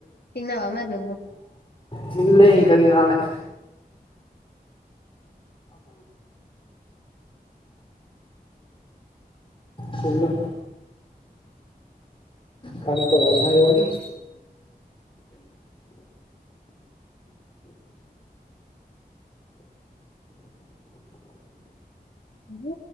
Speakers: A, on the left; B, on the left.
A: తిన్నావా మరి నువ్వు
B: తిన్లే ఇంకా తినాలి చిన్ను కనుకోవాలన్నా ఎవర
A: ఉ